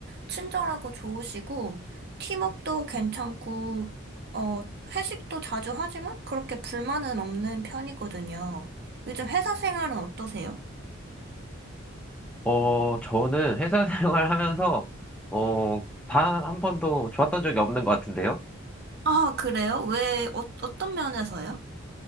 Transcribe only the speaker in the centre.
어, 저는 회사 <laughs> 생활하면서, 어, 다 한 번도 좋았던 적이 없는 것 같은데요?